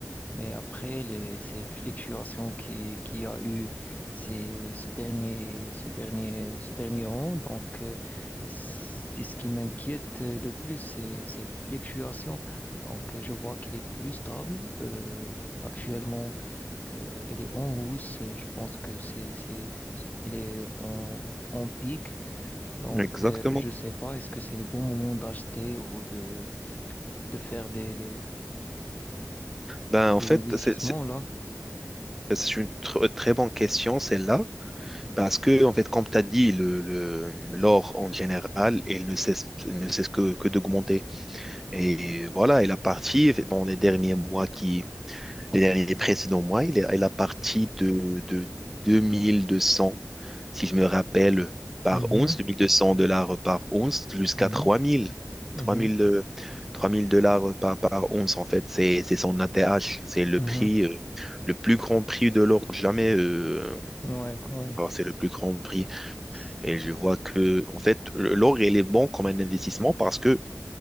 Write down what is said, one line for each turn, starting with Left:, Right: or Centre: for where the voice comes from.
Left: mais après les, ces fluctuations qui, qui a eu ces, ce dernier, ce dernier, ce dernier an, donc, euh, c'est ce qui m'inquiète euh, le plus, c'est ces fluctuations. Donc, euh, je vois qu'elle est plus stable. Euh, actuellement, euh, elle est en hausse. Je pense que c'est, c'est, c'est- elle est en, en pic. Donc,
Centre: Exactement.
Left: euh, je sais pas, est-ce que c'est le bon moment d'acheter ou de, de faire des,
Centre: Ben,
Left: des
Centre: en fait,
Left: investissements
Centre: c'est c'est-
Left: là?
Centre: c'est une tr- très bonne question, celle-là, parce que, en fait, comme tu as dit, le, le- l'or en général, il ne cesse, il ne cesse que, que d'augmenter. Et voilà, il a parti dans les derniers mois qui Les derniers précédents mois, il est il a parti de, de 2200, si je me rappelle, par
Left: Mhm,
Centre: once, 2200 dollars par once, jusqu'à
Left: mhm,
Centre: 3000.
Left: mhm,
Centre: 3000, euh, 3000 dollars par, par once, en fait, c'est c'est son ATH. C'est le
Left: mhm.
Centre: prix, euh, le plus grand prix de l'or jamais. euh,
Left: Ouais, ouais.
Centre: alors, c'est le plus grand prix.
Left: S-
Centre: Et je vois que, en fait, le- l'or, il est bon comme un investissement parce que